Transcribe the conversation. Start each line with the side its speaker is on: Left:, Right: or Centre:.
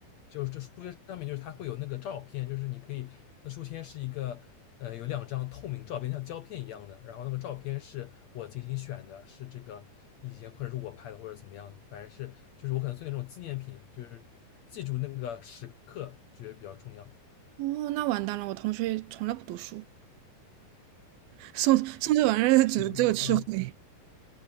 Left: 就是这书签上面就是它会有那个照片，就是你可以，那书签是一个呃有两张透明照片，像胶片一样的，然后那个照片是我精心选的，是这个以前或者是我拍的或者怎么样的，反正是就是我可能做那种纪念品，就是记住那个时刻觉得比较重要。
Right: 哦，那完蛋了，我同学从来不读书，送送这玩意儿只只有吃亏。
Left: 什么？嗯